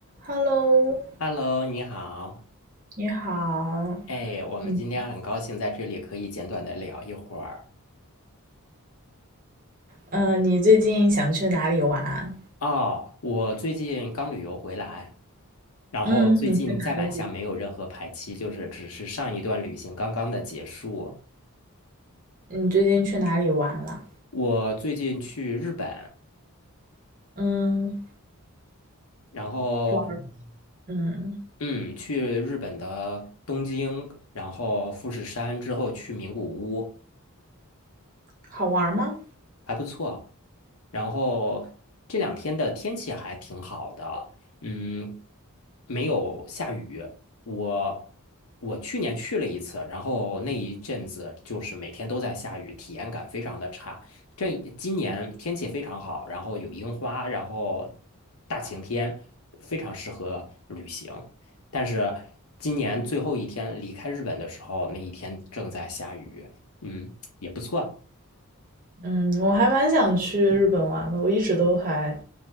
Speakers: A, on the right (about 40°); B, on the left (about 70°).
A: Hello，
B: Hello，你好。
A: 你好，
B: 哎，我们今天很高兴在这里可以简短的聊一会儿。
A: 嗯，呃，你最近想去哪里玩啊？
B: 哦，我最近刚旅游回来，然后最近再版下没有任何排期，
A: 嗯，你去哪里？
B: 就是只是上一段旅行刚刚的结束。
A: 你最近去哪里玩了？
B: 我最近去日本，
A: 嗯，
B: 然后
A: 玩，嗯，
B: 嗯，去日本的东京，然后富士山之后去名古屋。
A: 好玩吗？
B: 还不错。然后这两天的天气还挺好的，嗯，没有下雨。我我去年去了一次，然后那一阵子就是每天都在下雨，体验感非常的差。这今年天气非常好，然后有樱花，然后大晴天，非常适合旅行。但是今年最后一天离开日本的时候，那一天正在下雨，嗯，也不错。
A: 嗯，我还蛮想去日本玩的，我一直都还